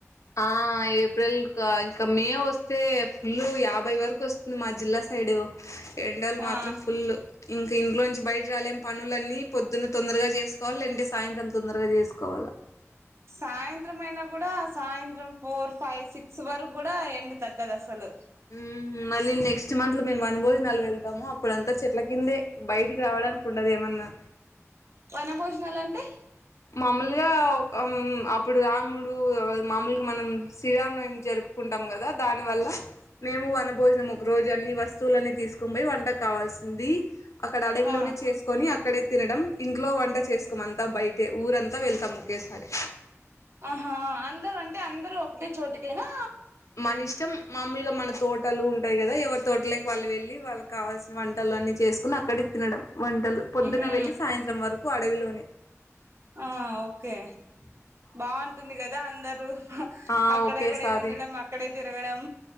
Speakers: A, on the left; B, on the right.
A: ఆ ఏప్రిల్ క ఇంకా మే ఒస్తే. ఫుల్లు యాభై వరకు వస్తుంది. మా జిల్లాస్ సైడు ఎండలు
B: ఆ
A: మాత్రం ఫుల్లు. ఇంక ఇంట్లో నుంచి బయజలేం పనులన్నీ పొద్దున్న తొందరగా చేసుకోవాల్ లేదంటే. సాయంత్రం తొందరగా చేసుకోవాల్ల.
B: సాయంత్రం అయినా కూడా. సాయంత్రం ఫోర్, ఫైవ్, సిక్స్ వరక్ గూడా. ఎండ తగ్గదు అసలు
A: ఉమ్మ్ మళ్ళి నెక్స్ట్ మంత్ మేము వన భోజనాలు వెళ్తాము, అప్పుడంతా చెట్ల కిందే. బయటిక్ రావడానికి ఉండద్ ఏమన్నా.
B: వనభోజనాలు అంటే
A: మాముల్గా ఒక్ ఆమ్ అప్పుడు రాముడు మామూల్గా మనం. శ్రీరాంనవ్మి జరుప్ ప్పుకుంటాం గదా. దాని వల్ల మేము వన భోజనం ఒక రోజు అన్ని వస్తులన్ తీసుకొంబోయి వంట కావాల్సింది. అక్కడ అడవిలోనే
B: ఆ
A: చేసుకొని అక్కడే తినడం. ఇంట్లో వంట చేసుకోము అంతా బయిట్ టె ఊరంతా వెళ్తాము ఒకేసారి.
B: ఆహా అందరు అంటే అందరూ ఒకటే చోటికేనా?
A: మన ఇష్టం. మామూలుగా మన తోటలు ఉంటాయి గదా. ఎవరి తోటలక్ వాళ్ళు వెళ్ళి వాళ్ళ కావాల్సిన వంటలు అన్ని చేసుకుని అక్కడే తినడం, వంటలు. పొద్దున
B: ఉహు
A: వెళ్ళి సాయంత్రం వరక్ అడవిలోనే
B: ఆ ఒక్ ఒకే బాగుంటుంది గదా. అందరు
A: ఆ
B: అక్కడక్కడే
A: ఒకేసారి
B: వండలం అక్కడే తిరగడం